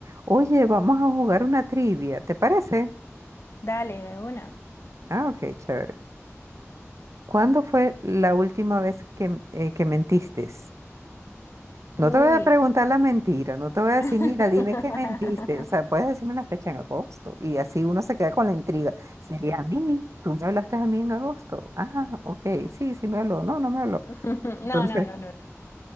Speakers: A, on the right; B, on the left.
A: Oye, vamos a jugar una trivia, ¿te parece?
B: Dale, de una.
A: Ah, ok, chévere. ¿Cuándo fue la última vez que, eh, que mentiste? No
B: Uy.
A: te voy a preguntar la mentira, no te voy a decir,
B: <laughs>
A: mira, dime que mentiste. O sea, puedes decirme una fecha en agosto y así uno se queda con la intriga. ¿Sería a mí? ¿Tú me hablaste a mí en agosto? Ah, ok, sí, sí me habló. No, no me habló.
B: No,
A: Entonces,
B: no, no, no, no.